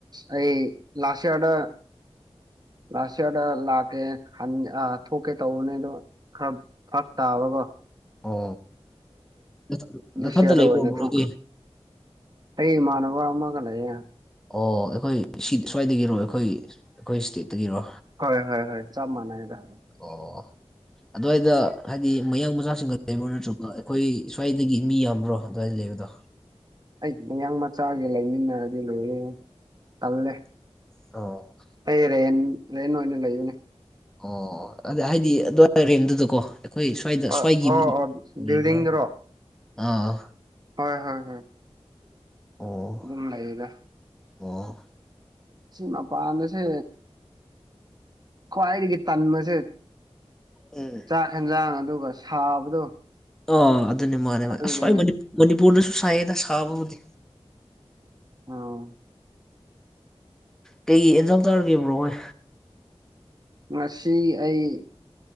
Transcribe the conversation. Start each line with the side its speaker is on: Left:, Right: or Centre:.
Right: ꯑꯩ ꯂꯁꯌꯥꯗ ꯂꯥꯁ ꯏꯌꯥꯔꯗ ꯂꯥꯛꯀꯦ ꯊꯣꯛꯀꯦ ꯇꯧꯕꯅꯦ ꯑꯗꯣ ꯈꯔ ꯐꯔꯛ ꯇꯥꯕꯀꯣ
Centre: ꯑꯣ ꯅꯊꯟ-
Right: ꯑꯗꯁꯤꯌꯥꯔ
Centre: ꯅꯊꯟꯇ ꯂꯩꯕ꯭ꯔꯣ
Right: ꯑꯣꯏ
Centre: ꯕ꯭ꯔꯣꯗꯤ
Right: ꯊ ꯑꯩ ꯏꯃꯥꯟꯅꯕ ꯑꯃꯒ ꯂꯩꯌꯦ
Centre: ꯑꯣ ꯑꯩꯈꯣꯏ ꯁꯤ ꯁ꯭ꯋꯥꯏꯗꯒꯤꯔꯣ ꯑꯩꯈꯣꯏ ꯑꯩꯈꯣꯏ ꯁ꯭ꯇꯦꯠꯇꯒꯤꯔꯣ
Right: ꯍꯣꯏ ꯍꯣꯏ ꯍꯣꯏ ꯆꯥ ꯃꯅꯥꯏꯔ
Centre: ꯑꯣ ꯑꯗꯨꯋꯥꯏꯗ ꯍꯥꯏꯗꯤ ꯃꯌꯥꯡ ꯃꯆꯥꯁꯤꯡꯒ ꯂꯩꯕ꯭ꯔꯥ ꯅꯠꯇ꯭ꯔꯒ ꯑꯩꯈꯣꯏ ꯁ꯭ꯋꯥꯏꯗꯒꯤ ꯃꯤ ꯌꯥꯝꯕ꯭ꯔꯣ ꯑꯗꯨꯋꯥꯏꯗ ꯂꯩꯕꯗꯣ
Right: ꯑꯩ ꯃꯌꯥꯡ ꯃꯆꯥꯒꯤ ꯂꯩꯃꯤꯟꯅꯔꯗꯤ ꯂꯣꯏ ꯀꯜꯂꯦ
Centre: ꯑꯣ
Right: ꯑꯩ ꯔꯦꯟ ꯔꯦꯟ ꯑꯣꯏꯅ ꯂꯩꯕꯅꯦ
Centre: ꯑꯣ ꯑꯗ ꯍꯥꯏꯗꯤ ꯑꯗꯨꯋꯥꯏ ꯔꯦꯟꯗꯨꯗꯀꯣ ꯑꯩꯈꯣꯏ ꯁ꯭ꯋꯥꯏꯗ
Right: ꯍꯣꯏ
Centre: ꯁ꯭ꯋꯥꯏꯒꯤ
Right: ꯑꯣ
Centre: ꯃꯤ
Right: ꯑꯣ
Centre: ꯂꯩꯕ꯭ꯔꯥ
Right: ꯕꯤꯜꯗꯤꯡꯗꯔꯣ
Centre: ꯑꯥ
Right: ꯍꯣꯏ ꯍꯣꯏ ꯍꯣꯏ
Centre: ꯑꯣ
Right: ꯑꯗꯨꯝ ꯂꯩꯗ
Centre: ꯑꯣ
Right: ꯁꯤ ꯃꯄꯥꯟꯗꯁꯦ ꯈꯋꯥꯏꯔꯤꯒꯤ ꯇꯥꯟ ꯃꯁꯦ
Centre: ꯎꯝ
Right: ꯆꯥꯛ ꯌꯦꯟꯖꯥꯡ ꯑꯗꯨꯒ ꯁꯥꯕꯗꯣ
Centre: ꯑꯥ ꯑꯗꯨꯅꯦ ꯃꯥꯅꯦ ꯃꯥꯅꯦ
Right: ꯑꯗꯨꯒꯤꯅꯤ
Centre: ꯑꯁꯋꯥ ꯃꯅꯤꯄꯨꯔꯗꯁꯨ ꯁꯥꯏꯌꯦꯗ ꯁꯥꯕꯕꯨꯗꯤ
Right: ꯑꯣ
Centre: ꯀꯩ ꯑꯦꯟꯖꯥꯡ ꯇꯥꯔꯒꯦꯕ꯭ꯔꯣ ꯍꯣꯏ
Right: ꯉꯁꯤ ꯑꯩ